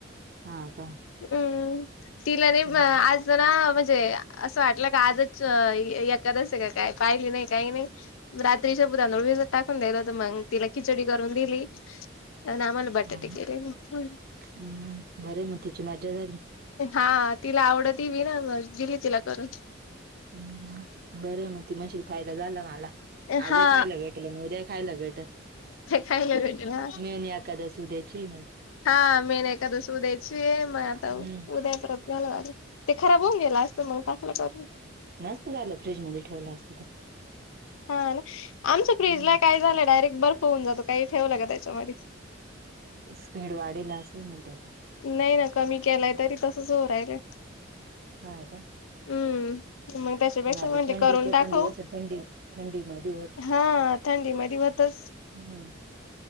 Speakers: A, on the right; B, on the left.
A: हा का.
B: हम्म तिला न
A: हा
B: आज जरा म्हणजे. असं वाटलं का आजच य येत्यातच सगळे काय पण नाही काही नाही. रात्री श तांदूळ टाकून द्यायला होत मग तिला खिचडी करून दिली आणि आम्हाला बटाटे
A: हा
B: केले मग
A: ह बरं मग तिची मजा झाली.
B: हा तिला आवडत बी ना मग दिली तिला करून.
A: बरा आहे मग ती माशील फायदा झाला मला
B: हा
A: आज खायला भेटेल आणि उद्या खायला भेटल.
B: खायला भेटेल हा
A: मेन एकादस उद्याची.
B: हा मेन एकादस उद्याची मग आता
A: हम्म.
B: उद्या परत घ्यायला लागणार. ते खराब होऊन गेला असत मग टाकायलाच लागल असतं.
A: मस्त लागलं फ्रिज मध्ये ठेवलं असतं तर.
B: हा ना आमच्या फ्रीज
A: हम्म
B: ला काय झालं डायरेक्ट बर्फ होऊन जातो काही ठेवलं काय त्याच्यामध्ये.
A: स्पीड वाढीवला असेल ना त्याचा.
B: नाही ना कमी केलाय तरी तसच हो राहिलय.
A: ह का.
B: हम्म. मग त्याच्यापेक्षा
A: ना आता
B: म्हटलं
A: थंडीचे
B: करून टाखव,
A: पण दिवस आहे थंडी थंडी मध्ये
B: हा थंडी मध्ये होतच.
A: हं.